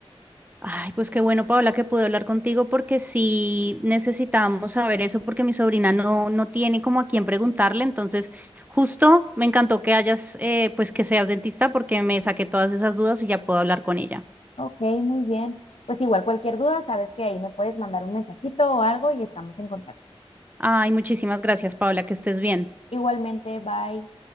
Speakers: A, on the right; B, on the left.
A: Ay, pues qué bueno, Paola, que pude hablar contigo porque sí necesitamos saber eso porque mi sobrina no, no tiene como a quién preguntarle. Entonces, justo me encantó que hayas, eh, pues que seas dentista porque me saqué todas esas dudas y ya puedo hablar con ella.
B: Ok, muy bien. Pues igual cualquier duda, sabes que ahí me puedes mandar un mensajito o algo y estamos en contacto.
A: Ay, muchísimas gracias, Paola, que estés bien.
B: Igualmente, bye.